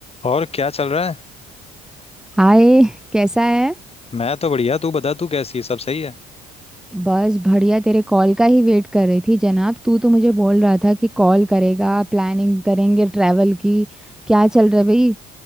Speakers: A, on the left; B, in the centre.
A: और क्या चल रहा है
B: हाय कैसा है
A: मैं तो बढ़िया तू बता तू कैसी है सब सही है
B: बस बढ़िया तेरे कॉल का ही वेट कर रही थी जनाब तू तो मुझे बोल रहा था कि कॉल करेगा प्लानिंग करेंगे ट्रैवल की क्या चल रहा है भाई